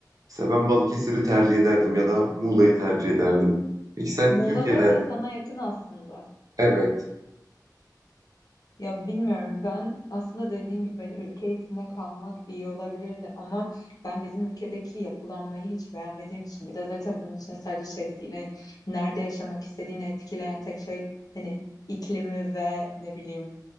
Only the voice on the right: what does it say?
Mesela ben Balıkesir'i tercih ederdim ya da Muğla'yı tercih ederdim. Peki sen
Türkiye'den,
evet.